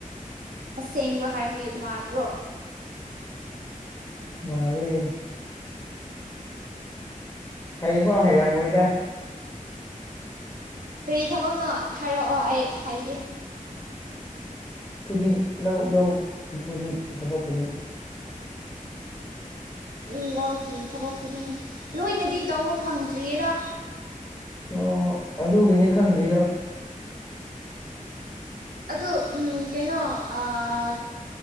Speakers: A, on the right; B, on the left.
A: ꯑꯁꯦꯡꯕ ꯍꯥꯏꯕꯒꯤ ꯃꯥꯟꯕ꯭ꯔꯣ
B: ꯃꯥꯂꯦ ꯍꯩꯕꯧ ꯍꯩꯔꯝꯃꯣꯏꯗ
A: ꯀꯔꯤ ꯊꯕꯛꯅꯣ ꯍꯥꯏꯔꯛꯑꯣ ꯑꯩ ꯍꯥꯏ
B: ꯈꯨꯗꯤꯡ ꯂꯧ ꯂꯧꯒꯤ ꯈꯨꯗꯤꯡ ꯊꯕꯛ ꯈꯨꯗꯤꯡ
A: ꯎꯝ ꯂꯧꯀꯤ ꯊꯕꯛ ꯈꯨꯗꯤꯡ ꯂꯣꯏꯅꯗꯤ ꯇꯧꯕ ꯐꯪꯗ꯭ꯔꯤꯌꯦꯗ
B: ꯑꯣ ꯑꯗꯨꯒꯤꯅꯦ ꯈꯪꯗ꯭ꯔꯤꯗꯣ
A: ꯑꯗꯣ ꯑꯝ ꯀꯩꯅꯣ ꯑꯥ